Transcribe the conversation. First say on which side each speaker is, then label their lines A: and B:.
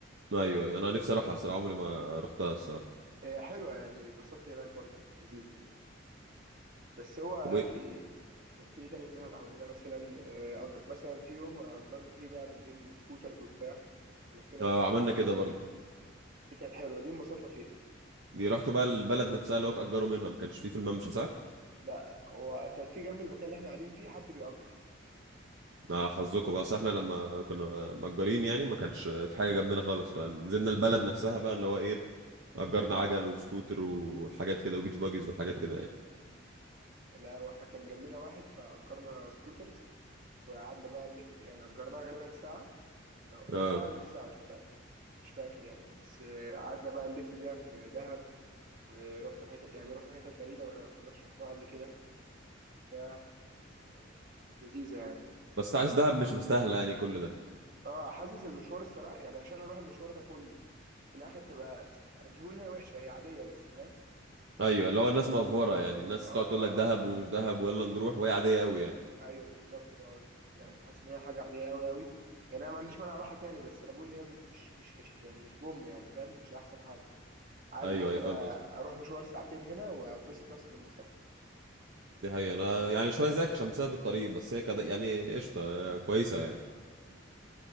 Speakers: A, on the right; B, on the right.
A: ايوه أيوة. انا نفسي اروحها الصراحة عمري ما رحتها الصراحة
B: هي حلوه يعني اتبسطت هناك برضو كانت لذيذه بس هو
A: طب وايه
B: في كان في ايه تاني في دهب عملناه مثلا آه، أج... مثلا في يوم اجرنا فيه بقى بالليل سكوترز وبتاع ولفينا
A: آه
B: في دهب
A: عملنا
B: بالسكوترز
A: كده برضو
B: دي كانت حلوه دي انبسطنا فيها
A: دي رحتوا بقى البلد نفسها اللي هو اتأجروا منها ما كانش فيه في الممشى صح؟
B: لا هو كان في جنب المكان اللي احنا قاعدين فيه حد بيأجر
A: آه حظكم بقى أصل احنا لما كنا مأجرين يعني ما كانش في حاجة جنبنا خالص فنزلنا البلد نفسها بقى اللي هو ايه أجرنا عجل وسكوتر وحاجات كده وبيتش باجيز وحاجات كده يعني
B: مم. لا واحنا كان جنبنا واحد فأجرنا سكوترز وقعدنا بقى نلف يعني أجرناها غالبا ساعة لو يا
A: اه
B: ساعة يا نص ساعة مش متأكد مش فاكر يعني بس آه، قعدنا بقى نلف بيها في دهب ورحنا حتة يعني رحنا حتة بعيدة ولا كناش رحناها قبل كده وبتاع وكانت لذيذة يعني
A: بس انت عايز دهب مش مستاهلة يعني كل ده
B: اه حاسس المشوار الصراحة يعني عشان اروح المشوار ده كله في الاخر تبقى انا مش بقول ان هي وحشة هي عادية بس فاهم
A: ايوه
B: فاللي
A: اللي هو الناس مأفورة
B: هو
A: يعني الناس
B: اه
A: تقعد تقول لك دهب ومش دهب ويلا نروح وهي عادية قوي يعني
B: ايوه بالظبط ده قصدي يعني حاسس ان هي حاجه عاديه قوي قوي يعني انا ما عنديش مانع اروحها تاني بس انا بقول ان هي مش مش فش يعني مش بوم يعني فاهم مش احسن حاجه عادي
A: ايوه
B: ممكن
A: ايوه فاهم
B: أ- اروح مشوار ساعتين هنا وابسط نفسي للمصد
A: دي حقيقة أنا يعني شوية زيك عشان بسبب الطريق بس هي كده يعني قشطة كويسة يعني
B: مم.